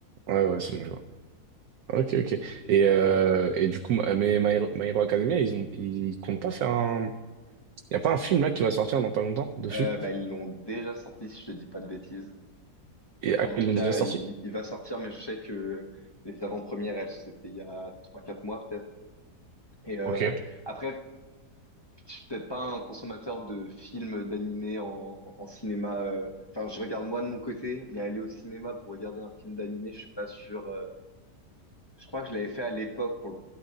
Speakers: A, on the right (about 70°); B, on the left (about 30°).
A: Ouais, ouais, c'est bon, je Ok, ok.
B: Et-
A: Et,
B: et-
A: euh, et du coup, ma- mais My Hero, My Hero Academia, ils ont, ils comptent pas faire un. Y a pas un film là qui va sortir dans pas longtemps dessus?
B: euh, bah, ils l'ont déjà sorti, si je te dis pas de bêtises.
A: Et
B: Ou
A: ah,
B: en
A: ils
B: tout
A: l'ont
B: cas,
A: déjà sorti?
B: il, il va sortir, mais je sais que les avant-premières, elles, c'était il y a trois, quatre mois, peut-être. Et, euh,
A: Ok.
B: après, Je suis peut-être pas un consommateur de films, d'animés en, en cinéma. euh. Enfin, je regarde moi de mon côté, mais aller au cinéma pour regarder un film d'animé, je suis pas sûr. euh. Je crois que je l'avais fait à l'époque pour le-